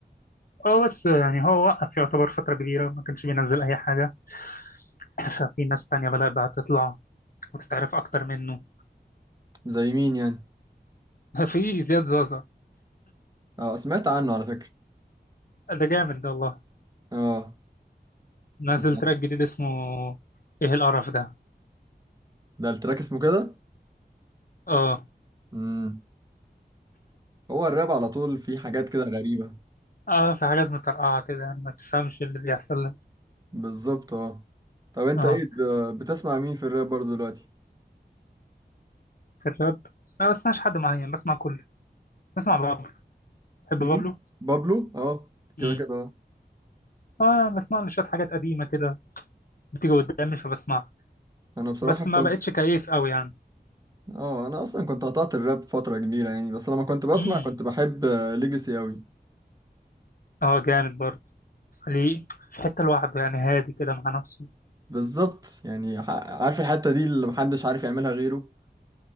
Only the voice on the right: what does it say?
زي مين يعني
اه سمعت عنه على فكرة
اه
مش ده
ده التراك اسمه كده
امم هو الراب على طول فيه حاجات كده غريبة
بالظبط اه طب انت
ايه ب- بتسمع مين في الراب برضه دلوقتي
مين
بابلو اه كده
كده اه
انا بصراحة
كنت
اه انا اصلا كنت قطعت الراب فترة كبيرة يعني بس لما كنت بسمع
كنت بحب ليجاسي اوي
بالظبط يعني ح- عارف الحتة دي اللي محدش عارف يعملها غيره